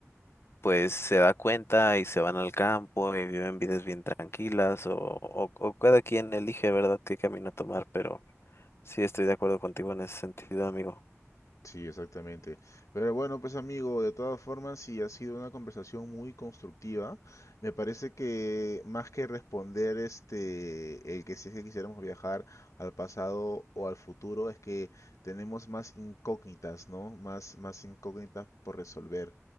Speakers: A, on the left; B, on the left.
A: pues se da cuenta y se van al campo y viven vidas bien tranquilas o, o, o cada quien elige, ¿verdad?, qué camino tomar, pero sí estoy de acuerdo contigo en ese sentido, amigo.
B: Sí, exactamente. Pero bueno, pues amigo, de todas formas, sí ha sido una conversación muy constructiva. Me parece que más que responder este, el que si es que quisiéramos viajar al pasado o al futuro, es que tenemos más incógnitas, ¿no? Más, más incógnitas por resolver